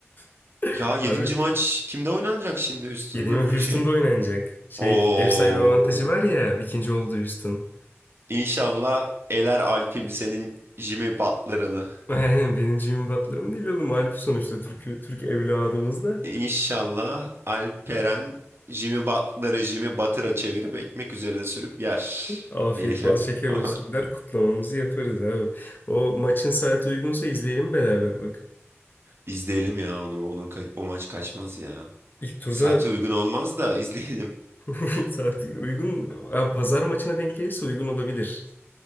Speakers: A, on the left; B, on the right.
A: <laughs>
B: Ya yedinci
A: Abi
B: maç kimde oynanacak şimdi? Houston'da
A: yenilme
B: mı
A: Houston'da
B: şey?
A: oynanacak. Şey
B: Oo.
A: ev sahibi avantajı var ya ikinci oldu Houston.
B: İnşallah eler Alp'im senin Jimmy Butler'ını.
A: <laughs> Aynen benim Jimmy Butler'ım değil oğlum. Mağlup sonuçta Türk, Türk evladımız da.
B: İnşallah Alperen Jimmy Butler'ı Jimmy Butter'a çevirip ekmek üzerine sürüp yer
A: Afiyet
B: diyelim.
A: bal şeker
B: <laughs>
A: olsun der kutlamamızı yaparız abi. O maçın saati uygunsa izleyelim beraber bak.
B: İzleyelim ya onu. Onu ka- o maç kaçmaz ya.
A: İlk turda
B: Saate uygun olmaz da izleyelim.
A: <laughs> saat uygun. Ha, pazar maçına denk gelirse uygun olabilir.